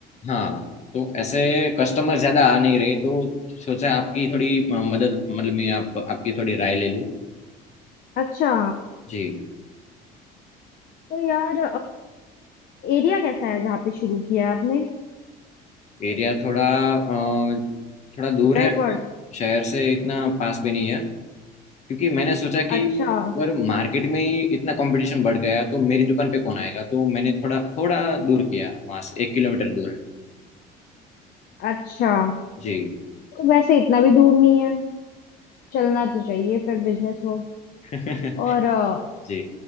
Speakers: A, on the left; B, on the left.
A: हाँ तो ऐसे कस्टमर ज्यादा आ नहीं रहे तो सोचा आपकी थोड़ी अ, मदद मतलब मैं आप आपकी थोड़ी राय ले लूँ
B: अच्छा
A: जी
B: तो यार एरिया कैसा है जहाँ पे शुरू किया है आपने
A: एरिया थोड़ा अ, थोड़ा दूर
B: बैकवर्ड
A: है शहर से इतना पास भी नहीं है क्योंकि मैंने सोचा कि
B: अच्छा
A: अगर मार्केट में ही इतना कंपटीशन बढ़ गया तो मेरी दुकान पे कौन आएगा तो मैंने थोड़ा थोड़ा दूर किया वहां से एक किलोमीटर दूर है
B: अच्छा
A: जी
B: तो वैसे इतना भी दूर नहीं है चलना तो चाहिए फिर बिजनेस हो
A: <laughs>
B: और अ,
A: जी